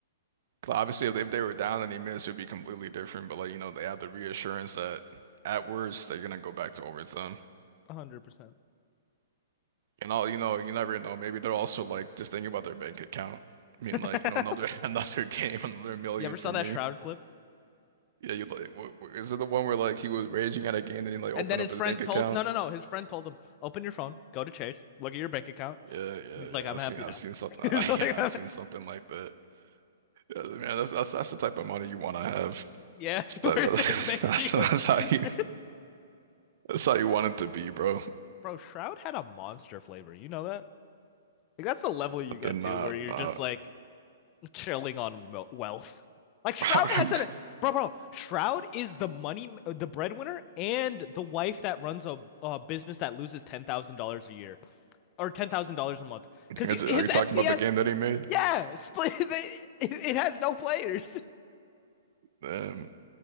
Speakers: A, on the right; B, on the left.
A: 'Cause obviously, if, if they were down and they missed, it'd be completely different. But like you know, they have the reassurance that at worst they're gonna go back to overtime.
B: one hundred percent.
A: And all you know, you never know. Maybe they're also like just thinking about their bank account. I
B: <laughs>
A: mean, like you know, another <laughs> another game, another million
B: You ever saw
A: for
B: that
A: me.
B: Shroud clip?
A: Yeah, you like wh- wh- is it the one where like he was raging at a game, then he like
B: And
A: opened
B: then his
A: up his
B: friend
A: bank account?
B: told no, no, no. His friend told him, "Open your phone, go to Chase, look at your bank account."
A: Yeah, yeah,
B: And He's like,
A: yeah.
B: "I'm
A: I've
B: happy
A: seen, I've
B: now."
A: seen something.
B: <laughs> He's
A: <laughs>
B: like,
A: yeah, I've seen something like that. Yeah, man, that's, that's that's the type of money you want to have.
B: Yeah,
A: It's
B: <laughs> where
A: like- That's,
B: it just makes
A: <laughs> that's
B: you.
A: that's
B: <laughs>
A: how you that's how you want it to be, bro.
B: Bro, Shroud had a monster flavor. You know that? Like that's the level you
A: I
B: get
A: did not
B: to where you're
A: not
B: just like chilling on wel- wealth.
A: <laughs>
B: Like Shroud
A: I remember.
B: has an bro, bro. Shroud is the money, the breadwinner, and the wife that runs a, a business that loses ten thousand dollars a year or ten thousand dollars a month. Because
A: Is it-
B: his
A: are you talking
B: FPS,
A: about the game that he made?
B: yeah, split. <laughs> It has no players.
A: Um,